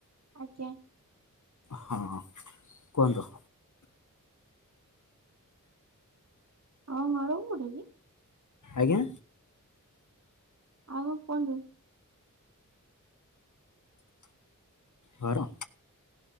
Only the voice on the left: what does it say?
ହଁ ହଁ କୁହନ୍ତୁ।
ଆଜ୍ଞା
ଘର